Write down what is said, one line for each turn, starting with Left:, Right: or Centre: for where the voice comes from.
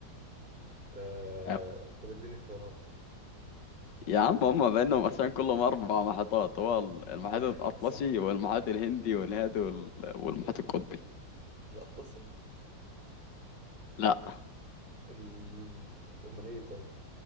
Right: آه...
Left: آه،
Right: طب اديني اختيارات
Left: يا عم هما بينهم مثلا كلهم اربع محيطات هو ال- المحيط
Right: <laughs>
Left: الاطلسي
Right: صح
Left: والمحيط الهندي والهادي وال- والمحيط القطبي
Right: الاطلسي
Left: لا
Right: ال... امال ايه طيب